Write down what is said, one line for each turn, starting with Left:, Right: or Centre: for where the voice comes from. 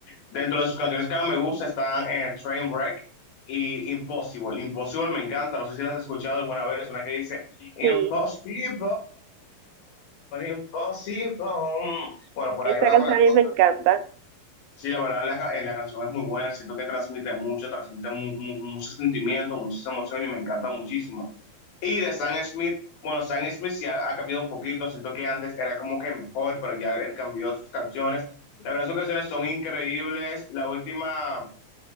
Left: Dentro de sus canciones que más me gusta están eh, Trainwreck y Impossible. Impossible me encanta, no sé si la has escuchado alguna vez, una que dice Impossible,
Right: sí,
Left: Impossible. Bueno, por
Right: esa
Left: ahí va
Right: canción
Left: la cosa.
Right: a mí me encanta.
Left: Sí, la verdad, la, ca- eh, la canción es muy buena, siento que transmite mucho, transmite mu- mu- muchos sentimientos, muchas emociones y me encanta muchísimo. Y de Sam Smith, bueno, Sam Smith sí ha, ha cambiado un poquito, siento que antes era como que mejor, pero ya él cambió sus canciones. La verdad, sus canciones son increíbles. La última